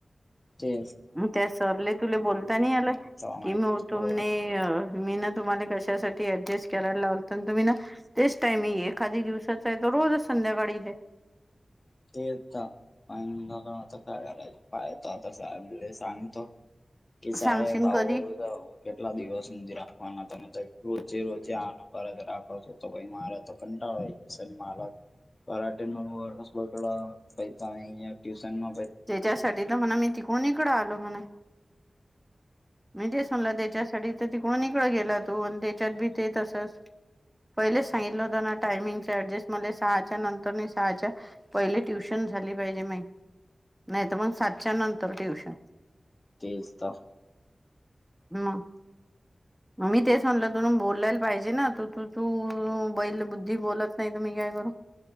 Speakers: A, on the left; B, in the centre.
A: ते
B: मग त्या सरले तुले बोलता नाही याला
A: तेव्हा माहित
B: कि म
A: होईल
B: तुमने
A: सगळं
B: तुम्हाला कशासाठी ऍडजेस्ट करायला लावले तुम्ही ना तेच टायमिंग एखाद्या दिवशी तर रोज संध्याकाळी हे
A: <unintelligible> प आता काय कलायचं पाय त आता सा आपले सांगतो. की साहेब
B: सांगशीन
A: अहो
B: कधी?
A: व केटला दिवस सुधी राखवाना त रोजे रोजे आना परत राखवतो मला तर कंटाळ मालक कराटे न बकड बैता ट्यूशन म
B: त्याच्यासाठी तर म्हणा मी तिकून इकड आलो म्हणा. म्हणजेच म्हणला त्याच्यासाठी तर तिकडून नििकळ गेला तू आणि त्याच्यात भी ते तसच. पहिले सांगितलं होत ना टायमिंग एडजेस्ट सहाच्या नंतर सहाच्या पहि ट्युशन झाली पाहिजे नाही तर मग सातच्या नंतर ट्युशन.
A: तेच तर
B: हम. मी ते स म्हणलं तुून बोलायला पाहिजे ना तूू तू बैल बुद्धी बोलत नाही. नाही काय करू.